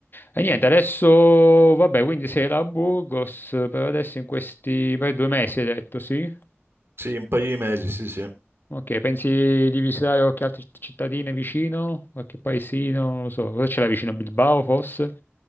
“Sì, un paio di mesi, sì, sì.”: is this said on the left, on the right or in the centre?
Right